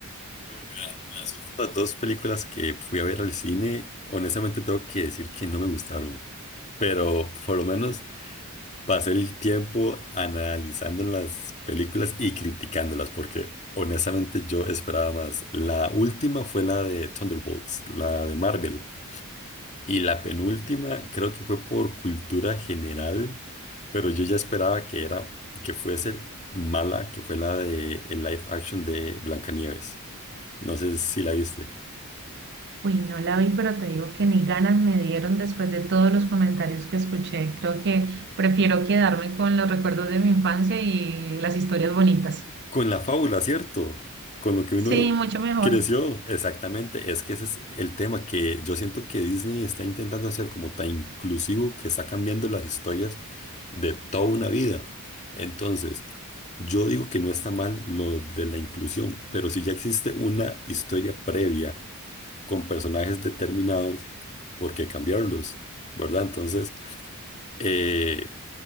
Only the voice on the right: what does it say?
Uy, no la vi, pero te digo que ni ganas me dieron después de todos los comentarios que escuché. Creo que prefiero quedarme con los recuerdos de mi infancia y las historias bonitas.
Sí, mucho mejor.